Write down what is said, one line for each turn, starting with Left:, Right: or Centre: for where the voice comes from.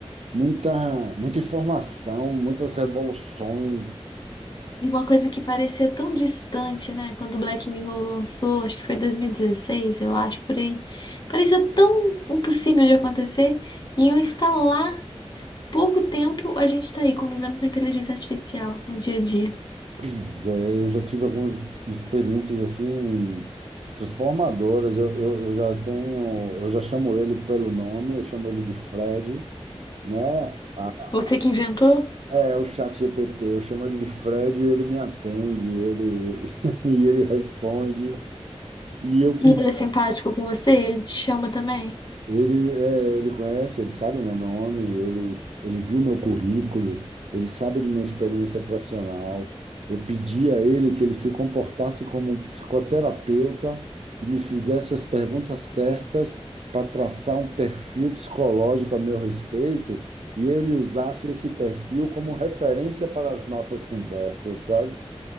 Right: muita, muita informação, muitas revoluções,
Left: E uma coisa que parecia tão distante, né? Quando o Black Mirror lançou, acho que foi 2016, eu acho, por aí. Parecia tão impossível de acontecer. E em um instalar, pouco tempo, a gente tá aí convivendo com a inteligência artificial no dia a dia.
Right: Pois é, eu já tive algumas experiências assim transformadoras. Eu, eu, eu já tenho, eu já chamo ele pelo nome, eu chamo ele de Fred, né? Ah,
Left: Você que inventou?
Right: é, é o chat GPT, eu chamo ele de Fred e ele me atende, ele <laughs> e ele responde. E eu
Left: E ele é simpático com você? Ele te chama também?
Right: Ele, é, ele conhece, ele sabe meu nome, ele, ele viu meu currículo, ele sabe de minha experiência profissional. Eu pedi a ele que ele se comportasse como um psicoterapeuta e me fizesse as perguntas certas para traçar um perfil psicológico a meu respeito e ele usasse esse perfil como referência para as nossas conversas, sabe?